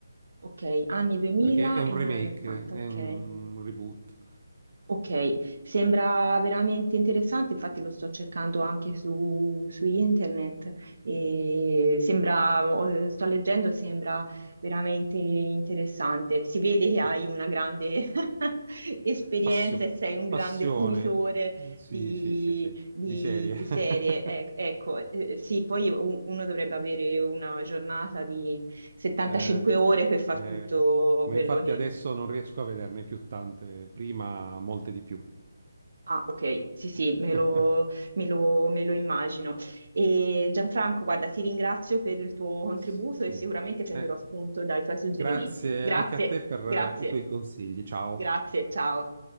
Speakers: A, on the right (about 65°); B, on the right (about 35°).
A: ok, anni 2000
B: perché è un
A: e non
B: remake,
A: anni 80,
B: è
A: ok.
B: un reboot.
A: Ok, sembra veramente interessante, infatti lo sto cercando anche su, su internet e sembra, ho- sto leggendo, sembra veramente interessante. Si vede che
B: Sì,
A: hai una grande <laughs> esperienza
B: Passio-
A: e sei un grande
B: passione.
A: fruitore
B: Eh, Sì,
A: di,
B: sì, sì, sì,
A: di-
B: di serie.
A: di
B: <laughs>
A: serie. Ec- Ecco, eh, sì, poi u- uno dovrebbe avere una giornata di 75
B: Eh,
A: ore per far
B: eh,
A: tutto
B: Ma
A: quello
B: infatti adesso non riesco a vederne più tante, prima molte di più.
A: Ah, ok, sì, sì,
B: <laughs>
A: me lo, me lo- me lo immagino. E Gianfranco, guarda, ti ringrazio per il tuo contributo
B: Sì.
A: e sicuramente prenderò
B: Eh,
A: spunto dai tuoi suggerimenti.
B: grazie
A: Grazie,
B: anche a te per
A: grazie,
B: eh, i tuoi consigli. Ciao.
A: grazie, ciao.